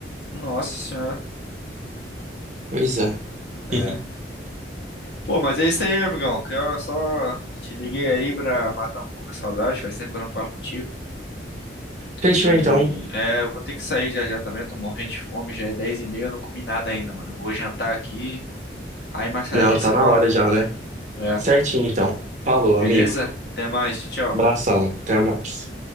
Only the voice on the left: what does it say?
Nossa senhora.
É.
Pô, mas é isso aí, meu amigão. Que eu só te liguei aí pra matar um pouco a saudade. Faz tempo que eu não falo contigo.
E
é, eu vou ter que sair já já também. Eu tô morrendo de fome. Já é dez e meia eu não comi nada ainda, mano. Eu Vou jantar aqui. Aí mais tarde
a gente
se
fala.
É.
Beleza?
Até mais. Tchau, tchau.